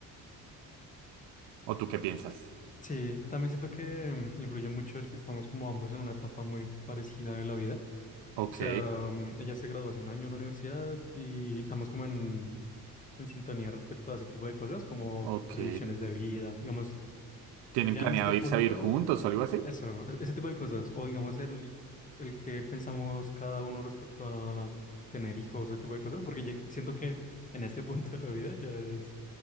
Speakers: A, on the right; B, on the left.
A: ¿O tú qué piensas?
B: Sí, también siento que mm, influye mucho el que estamos como ambos en una etapa muy parecida de la vida.
A: Ok,
B: O sea, mm, ella se graduó hace un año de la universidad y estamos como en, en sintonía respecto a ese tipo de cosas, como
A: ok.
B: proyecciones de vida. Digamos,
A: ¿Tienen
B: ya
A: planeado
B: en este
A: irse
B: punto
A: a vivir juntos o algo así?
B: Eso, e- ese tipo de cosas. O digamos el, el que pensamos cada uno respecto a tener hijos, ese tipo de cosas, porque ye- siento que en este <laughs> punto de la vida ya es,